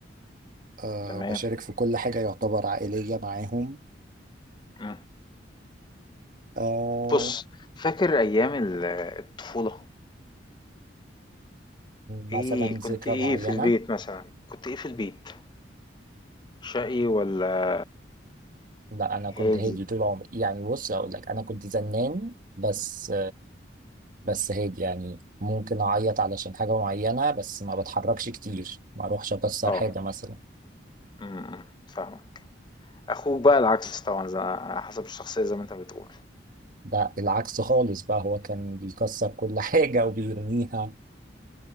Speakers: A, on the right; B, on the left.
A: آه
B: تمام
A: وبشارك في كل حاجة يعتبر عائلية معاهم
B: مم.
A: آه
B: بص فاكر ايام ال- الطفولة
A: مثلا
B: ايه
A: ذكرى
B: كنت ايه
A: معينة
B: في البيت مثلا كنت ايه في البيت شقي والّا
A: لا أنا كنت
B: هادي؟
A: هادي طول عمري يعني بص أقول لك أنا كنت زنان بس بس هيك يعني ممكن اعيط علشان حاجة معينة بس ما بتحركش كتير ما اروحش اكسر
B: آه،
A: حاجة مثلا
B: إمم، إمم، فاهمك. أخوك بقى العكس طبعًا ز على حسب الشخصية زي ما أنت بتقول.
A: ده العكس خالص بقى هو كان بيكسر كل حاجة وبيرميها